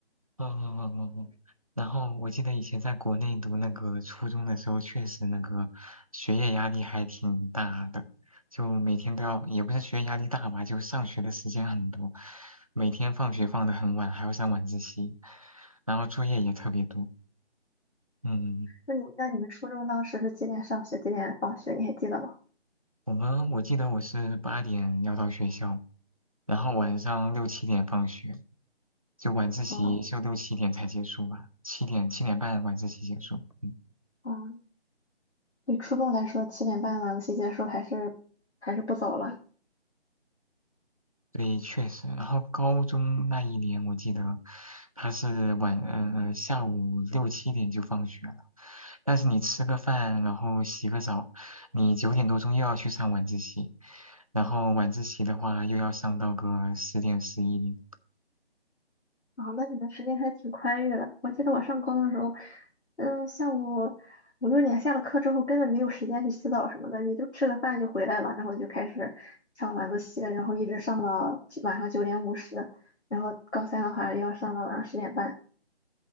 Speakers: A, on the right (about 35°); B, on the left (about 85°).
A: 哦哦哦哦哦然后我记得以前在国内读那个初中的时候，确实那个学业压力还挺大的，就每天都要，也不是学业压力大吧，就上学的时间很多，每天放学放得很晚，还要上晚自习，然后作业也特别多。嗯。
B: 那你那你们初中当时是几点上学，几点放学？你还记得吗？
A: 我们我记得我是八点要到学校，然后晚上六七点放学，就晚自习就六七点才结束吧，
B: 哦，
A: 七点七点半晚自习结束。嗯，
B: 哦，对初中来说，七点半晚自习结束还是还是不早了。
A: 对，确实。然后高中那一年，我记得他是晚呃呃下午六七点就放学了，但是你吃个饭，然后洗个澡，你九点多钟又要去上晚自习，然后晚自习的话又要上到个十点十一点。
B: 啊，那你们时间还挺宽裕的。我记得我上高中的时候，嗯，下午五六点下了课之后，根本没有时间去洗澡什么的，你就吃个饭就回来了，然后就开始上晚自习，然后一直上到九晚上九点五十，然后高三的话要上到晚上十点半。